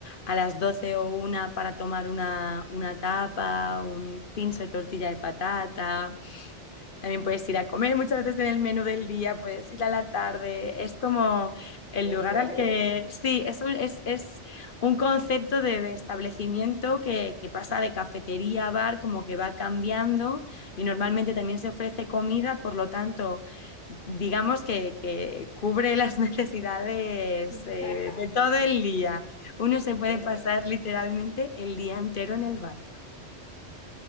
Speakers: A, on the left; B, on the left.
A: a las 12 o una para tomar una, una tapa, un pinzo de tortilla de patata, también puedes ir a comer muchas veces en el menú del día, puedes ir a la tarde. Es como el
B: ¿En
A: lugar
B: serio?
A: al que, sí, es un, es, es un concepto de, de establecimiento que, que pasa de cafetería a bar, como que va cambiando y normalmente también se ofrece comida, por lo tanto, digamos que, que cubre las <laughs> necesidades
B: <laughs>
A: eh, de todo el día. Uno se puede
B: Exacto.
A: pasar literalmente el día entero en el bar.